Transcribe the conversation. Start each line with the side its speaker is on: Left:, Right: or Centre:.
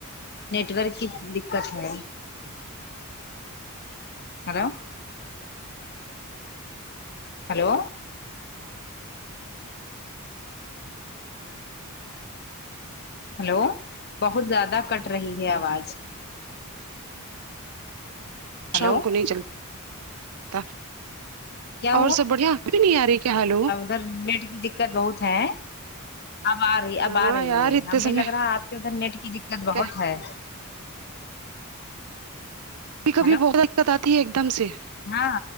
Left: نیٹورک کی دقت ہے ہلو ہلو ہلو بہت زیادہ کٹ رہی ہے آواز ہلو
Right: شام کو نہیں چل ٹا
Left: کیا
Right: اور سب بڑھیا ابھی نہیں آ رہی کیا ہلو
Left: سر نیٹ کی دقت بہت ہے اب آ رہی
Right: ہاں
Left: اب آ رہی
Right: یار
Left: ہے
Right: اتنے
Left: ہمیں
Right: سمے
Left: لگ رہا ہے آپ کے ادھر نیٹ کی دقت بہت
Right: کبھی
Left: ہے
Right: کبھی
Left: ہلو
Right: بہت دقت آتی ہے ایک دم سے
Left: ہاں